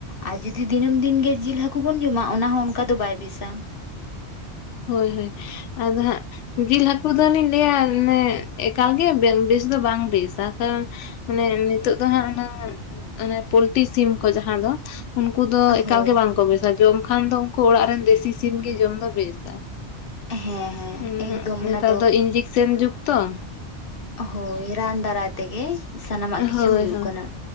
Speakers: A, on the left; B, on the left.
A: ᱟᱨ ᱡᱩᱫᱤ ᱫᱤᱱᱟᱹᱢ ᱫᱤᱱᱜᱮ ᱡᱤᱞ ᱦᱟᱹᱠᱩ ᱵᱚᱱ ᱡᱚᱢᱟ ᱚᱱᱟ ᱦᱚᱸ ᱚᱱᱠᱟ ᱫᱚ ᱵᱟᱭ ᱵᱮᱥᱟ᱾
B: ᱦᱚᱭ ᱦᱚᱭ <inaudible> ᱟᱫᱚ ᱦᱟᱸᱜ ᱡᱤᱞ ᱦᱟᱹᱠᱩ ᱫᱚᱞᱤᱧ ᱞᱟᱹᱭᱟ ᱢᱟᱱᱮ ᱮᱠᱟᱞᱜᱮ ᱵᱮᱥ ᱫᱚ ᱵᱟᱝ ᱵᱮᱥᱟ ᱠᱟᱨᱚᱱ ᱢᱟᱱᱮ ᱱᱤᱛᱚᱜ ᱫᱚ ᱦᱟᱸᱜ ᱚᱱᱟ <unintelligible> ᱦᱟᱱᱮ ᱯᱳᱞᱴᱤ ᱥᱤᱢ ᱠᱚ ᱡᱟᱦᱟᱸ ᱫᱚ᱾ ᱩᱱᱠᱩ ᱫᱚ ᱮᱠᱟᱞᱜᱮ
A: ᱦᱳᱭ
B: ᱵᱟᱝ ᱠᱚ ᱵᱮᱥᱟ ᱡᱚᱢ ᱠᱷᱟᱱ ᱫᱚ ᱩᱱᱠᱩ ᱚᱲᱟᱜ ᱨᱮᱱ ᱫᱮᱥᱤ ᱥᱤᱢ ᱜᱮ ᱡᱚᱢ ᱫᱚ ᱵᱮᱥᱟ᱾
A: ᱦᱮᱸ ᱦᱮᱸ
B: <unintelligible>
A: ᱮᱠᱫᱚᱢ
B: ᱱᱮᱛᱟᱨ
A: ᱚᱱᱟ
B: ᱫᱚ ᱤᱧᱡᱮᱠᱥᱮᱱ ᱡᱩᱜᱽ ᱛᱚ᱾
A: ᱦᱚᱭ ᱨᱟᱱ ᱫᱟᱨᱟᱭ ᱛᱮ ᱜᱮ᱾ ᱥᱟᱱᱟᱢᱟᱜ ᱠᱤᱪᱷᱩ
B: ᱦᱳᱭ
A: ᱦᱩᱭᱩᱜ
B: ᱦᱳᱭ
A: ᱠᱟᱱᱟ